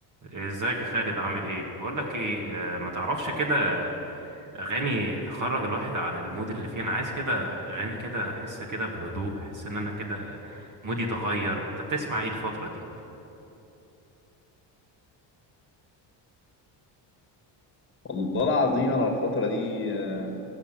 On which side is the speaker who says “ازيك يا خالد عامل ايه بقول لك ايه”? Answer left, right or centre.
Right